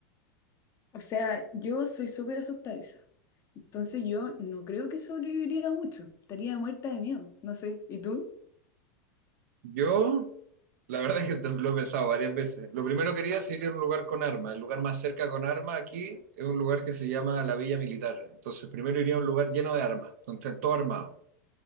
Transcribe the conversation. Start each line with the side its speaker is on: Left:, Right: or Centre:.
Left: O sea, yo soy súper asustadiza. Entonces yo no creo que sobreviviría mucho. Estaría muerta de miedo. No sé. ¿Y tú?
Right: Yo, la verdad es que lo he pensado varias veces. Lo primero que quería es ir a un lugar con armas. El lugar más cerca con armas aquí es un lugar que se llama la Villa Militar. Entonces, primero iría a un lugar lleno de armas, donde estén todo armado.